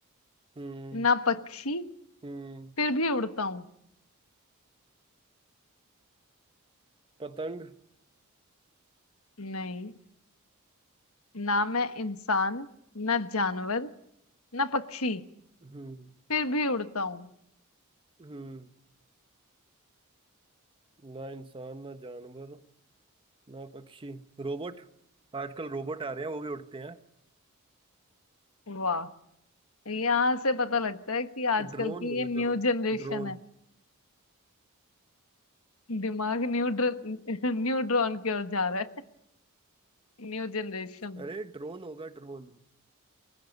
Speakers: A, on the right; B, on the left.
A: हम्म
B: ना पक्षी
A: हम्म
B: फिर भी उड़ता हूँ
A: पतंग
B: नहीं ना मैं इंसान ना जानवर ना पक्षी
A: हम्म
B: फिर भी उड़ता हूँ
A: हम्म ना इंसान ना जानवर ना पक्षी रोबोट आजकल रोबोट आ रहे हैं वो भी उड़ते हैं
B: वाह यहाँ से पता लगता है कि आजकल
A: ड्रोन
B: की
A: होगा
B: ये न्यू
A: चलो
B: जनरेशन
A: ड्रोन
B: है दिमाग न्यू ड्र, <laughs> न्यू ड्रॉन की ओर जा रहा है New generation
A: अरे ड्रोन होगा ड्रोन